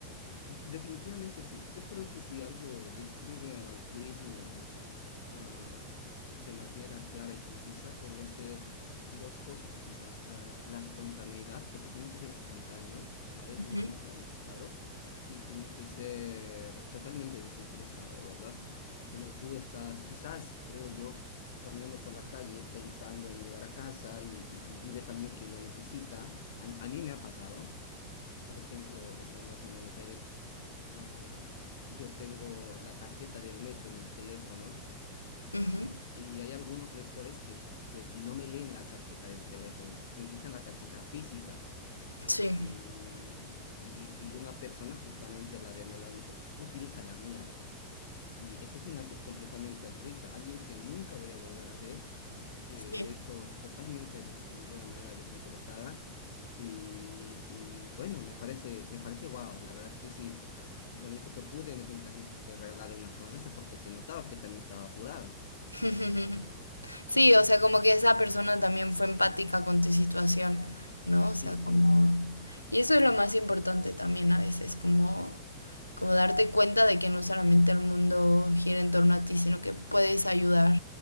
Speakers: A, on the left; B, on the left.
A: definitivamente sí. Yo creo que si algo describe al altruismo ah, de manera clara y concisa podría ser dos cosas, quizás ah, la espontaneidad, porque tiene que ser espontáneo, tal vez
B: Ujú.
A: no tan planificado, y tiene que ser totalmente desinteresado, ¿verdad? Cuando tú estás, quizás, creo yo, caminando por la calle pensando en llegar a casa y, y- y- ves a alguien que lo necesita, a, a mí me ha pasado, por ejemplo, estando acá en Buenos Aires. ah, yo tengo la tarjeta del metro en el teléfono
B: Ujú,
A: y hay algunos lectores que pues no me leen la tarjeta del teléfono, necesitan la tarjeta física
B: Sí.
A: y, y, y una persona justamente la de Amela me dijo, utiliza la mía y eso es un acto completamente altruista, alguien que nunca voy a volver a ver, que
B: Sí.
A: lo hizo totalmente des- de una manera desinteresada y, y bueno, me parece, me parece guau, la verdad que sí. Lo único que pude en ese instante fue regalarle una sonrisa porque se notaba que también estaba apurada.
B: <laughs> Sí, o sea, como que esa persona también fue empática con tu situación, ¿no? O sea,
A: Y sí.
B: como... Y eso es lo más importante también a veces, como, como darte cuenta de que no solamente el mundo gira en torno a ti, sino que puedes ayudar